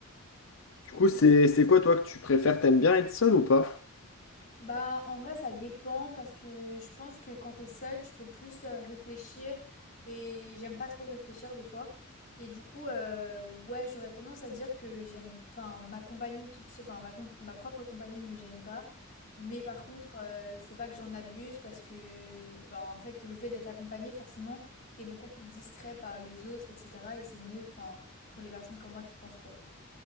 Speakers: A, on the left; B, on the left.
A: Du coup, c'est, c'est quoi, toi, que tu préfères? T'aimes bien être seul ou pas?
B: Bah, en vrai, ça dépend parce que je pense que quand t'es seule, tu peux plus euh, réfléchir et j'aime pas trop réfléchir des fois. Et du coup, euh, ouais, j'aurais tendance à dire que j'aime, enfin, ma compagnie toute, se- enfin, ma, com- ma propre compagnie me gêne pas. Mais par contre, euh, faut pas que j'en abuse parce que, bah, en fait, le fait d'être accompagné, forcément, t'es beaucoup plus distrait par les autres, etc. Et c'est mieux, enfin, pour les personnes comme moi qui pensent trop.